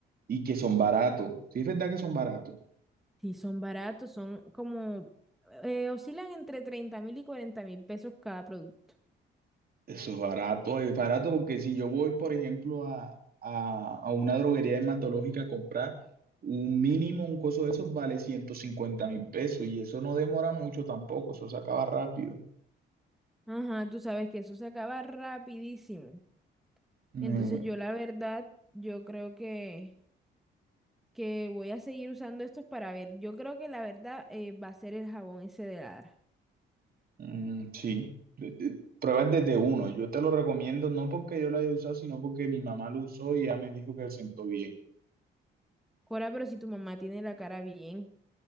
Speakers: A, on the right (about 50°); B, in the centre.
A: y que son baratos. Sí, es verdad que son baratos.
B: si son baratos, son como, eh, oscilan entre treinta mil y cuarenta mil pesos cada producto.
A: Eso es barato, es barato porque si yo voy, por ejemplo, a, a, a una droguería dermatológica a comprar un mínimo, un coso de esos vale ciento cincuenta mil pesos y eso no demora mucho tampoco, eso se acaba rápido.
B: Ajá, tú sabes que eso se acaba rapidísimo.
A: Mm,
B: Entonces yo la verdad, yo creo que, que voy a seguir usando estos para ver. Yo creo que la verdad eh, va a ser el jabón ese de Lara.
A: Mm, sí, De- de- pruebas desde uno. Yo te lo recomiendo no porque yo lo haya usado, sino porque mi mamá lo usó y ya me dijo que se sentó bien.
B: Cora, pero si tu mamá tiene la cara bien.